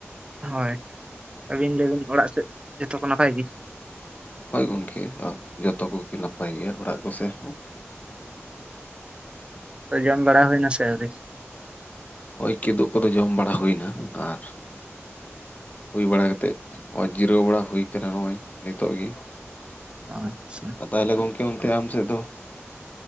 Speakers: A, on the right; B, on the left.
A: ᱦᱳᱭ ᱟᱹᱵᱤᱱ ᱞᱮᱭᱵᱤᱱ ᱚᱲᱟᱜ ᱥᱮᱫ ᱡᱷᱚᱛᱚ ᱠᱚ ᱱᱟᱯᱟᱭ ᱜᱮ
B: ᱦᱳᱭ ᱜᱚᱝᱠᱮ ᱡᱚᱛᱚ ᱠᱚᱜᱮ ᱱᱟᱯᱟᱭ ᱜᱮᱭᱟ ᱚᱲᱟᱜ ᱠᱚᱥᱮᱫ ᱦᱚᱸ
A: ᱛᱚ ᱡᱚᱢ ᱵᱟᱲᱟ ᱦᱩᱭᱱᱟ ᱥᱮ ᱟᱶᱨᱤ
B: ᱱᱚᱜᱚᱭ ᱠᱤᱫᱩᱵ ᱠᱚᱫᱚ ᱡᱚᱢ ᱵᱟᱲᱟ ᱦᱩᱭᱱᱟ ᱟᱨ ᱦᱩᱭ ᱵᱟᱲᱟ ᱠᱟᱛᱮᱫ ᱱᱚᱜ-ᱚᱭ ᱡᱤᱨᱟᱹᱣ ᱵᱟᱲᱟ ᱦᱩᱭ ᱟᱠᱟᱱᱟ ᱱᱚᱜᱼᱚᱭ ᱱᱤᱛᱚᱜ ᱜᱮ
A: ᱟᱪᱪᱷᱟ
B: ᱛᱟᱦᱚᱞᱮ ᱜᱚᱝᱠᱮ ᱚᱱᱛᱮ ᱟᱢ ᱥᱮᱫ ᱫᱚ